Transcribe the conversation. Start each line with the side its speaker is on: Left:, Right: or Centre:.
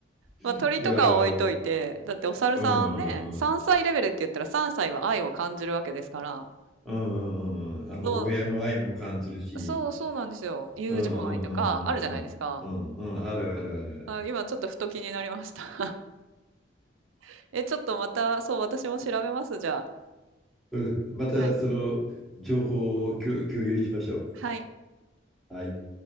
Centre: う。
Right: まあ鳥とかは置いといて、
Centre: いやー、
Right: だってお猿さんね、
Centre: うんうんうん。
Right: 3歳レベルって言ったら3歳は愛を感じるわけですから、
Centre: うんうんうんうん。あの、
Right: どう
Centre: 親の愛も感じるし、
Right: そう、そうなんですよ。友情愛とかあるじゃないですか。
Centre: うんうんうんうんうんうんうんあるあるあるある。
Right: あ、今ちょっとふと気になりました。<laughs> え、ちょっとまた、そう、私も調べます、じゃあ。
Centre: うん、またその情報を共共有しましょう。
Right: はい。はい。
Centre: はい。